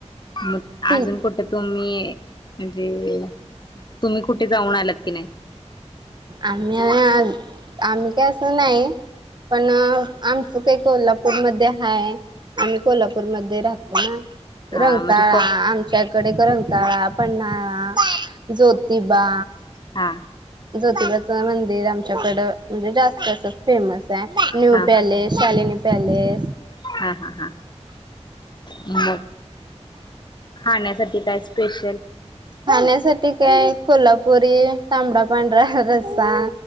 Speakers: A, on the left; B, on the right.
A: मग
B: ठीक.
A: अजून कुठं तुमी म्हणजे तुम्ही कुठे जाऊन आलात कि नाही?
B: आम्ही <unintelligible> आम्ही काय आस नाही. पण अ आमचं काय कोल्हापूरमध्ये हाय आम्ही कोल्हापूरमध्ये राहतो ना
A: हा
B: रंकाळा
A: म्हणजे प
B: आमच्याकडे रंकाळा पन्हाळा, ज्योतिबा
A: हा
B: ज्योतिबाचं मंदिर आमच्याकडं म्हणजे जास्त असं फेमस प्या न्यू
A: हा
B: पॅलेस, शालिनी पॅलेस,
A: हा हा हा हा मग हा ही काय स्पेशल
B: खाण्यासाठी काय कोल्हापुरी तांबडा पांढरा रसा